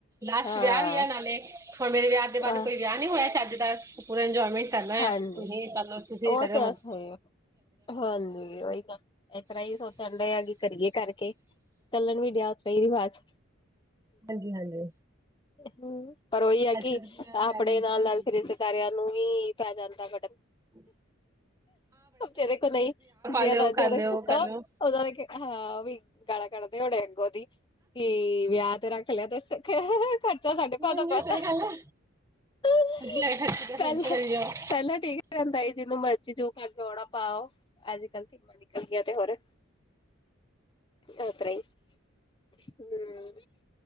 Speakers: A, on the right (about 15°); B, on the left (about 20°).
A: ਲਾਸਟ
B: ਹਾਂ
A: ਵਿਆਹ ਵੀ ਆ ਨਾਲੇ ਹੁਣ ਮੇਰੇ ਵਿਆਹ ਦੇ ਬਾਅਦ
B: ਅ
A: ਕੋਈ ਵਿਆਹ ਨਹੀਂੀ ਹੋਇਆ ਸੀ ਅੱਜ ਦਾ ਪੂਰਾ ਇੰਜੋਏਮੈਂਟ ਕਰਨਾ
B: ਹਾਂਜੀ
A: ਤੁਸੀਂ ਮੰਲਓ ਤੁਸੀਂ
B: ਉਹ
A: ਕਰਿਓ
B: ਤੇ
A: ਮ
B: ਸਹੀ ਹਾਂਜੀ ਉਹੀ ਤਾਂ ਇਸ ਤਰ੍ਹਾਂ ਹੀ ਸੋਚਣ ਡ ਆ ਕਿ ਕਰੀਏ ਕਰਕੇ ਚੱਲਣ ਵੀ ਡਿਆ ਉਤਰਾ ਹੀ ਰਿਵਾਜ਼
A: ਹਾਂਜੀ ਹਾਂਜੀ
B: ਹਮ ਪਰ ਉਹੀ ਹੈ
A: ਅੱਜ
B: ਕਿ
A: ਕੱਲ ਪੂਰਾ ਲੈ
B: ਆਪਣੇ
A: ਲੈਂਦੇ
B: ਨਾਲ
A: ਆ ਹਾਂਜੀ
B: ਨਾਲ ਫਿਰ ਸਕਾਰਿਆਂ ਨੂੰ ਵੀ ਪੈ ਜਾਂਦਾ ਵਡ
A: ਹ
B: ਜਿਹਦੇ ਕੋਲ ਨਹੀਂ ਜਿਹਦਾ
A: ਲਿਓ ਕਰ
B: ਜਿਹਦੇ
A: ਲਿਓ
B: ਕੋਤਾ
A: ਉਹ ਕਰ ਲਿਓ
B: ਉਹਨਾਂ ਨੇ ਹਾਂ ਵੀ ਗਾਲ ਕੱਢਦੇ ਹੋਣੇ ਅੱਗੋਂ ਦੀ ਕੀ ਵਿਆਹ ਤੇ ਰੱਖ ਲਿਆ ਤੇ ਸਾਡੇ ਭ
A: ਹਾਂਜੀ
B: ਤੋਂ ਪਤਾ
A: ਸਹੀ ਗੱਲ ਹੈ
B: ਪਹਿਲਾਂ।
A: ਲੈ ਖਰਚੇ ਜਾਓ,
B: ਪਹਿਲਾਂ ਠੀਕ ਰਹਿੰਦਾ ਸੀ ਜਿਹਨੂੰ ਮਰਜ਼ੀ ਜੋੂ ਖ ਜੋੋਣਾ ਪਾਓ ਅੱਜ ਕੱਲ ਧੀਮਾਂ ਨਿਕਲਦੀਆਂ ਤੇ ਹੋਰ ਸਤ ਹਮ